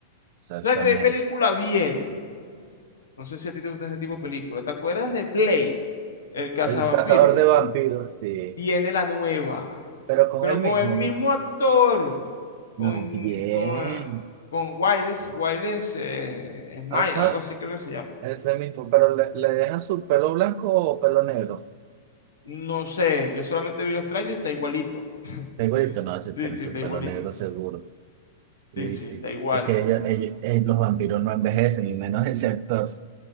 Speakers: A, on the right; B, on the left.
A: Exactamente.
B: O sea, qué película viene? No sé si a ti te gusta ese tipo de película. ¿Te acuerdas de Blade, el cazavampiro?
A: El cazador de vampiros, sí.
B: Viene la nueva,
A: Pero con
B: pero
A: él
B: con
A: mismo.
B: el mismo actor, con,
A: No, bien.
B: con, con Wiles, Wiles eh, Smile,
A: Ajá,
B: algo así creo que se llama.
A: ese mismo. Pero le, le dejan su pelo blanco o pelo negro.
B: No sé, yo solamente vi los trailers y está igualito. <laughs>
A: Segurito no, si
B: Sí,
A: tiene
B: sí,
A: su
B: está
A: pelo
B: igualito.
A: negro seguro. Sí,
B: Sí, sí,
A: sí.
B: está igual.
A: Es que ellos, ellos- eh, los vampiros no envejecen, y menos ese actor.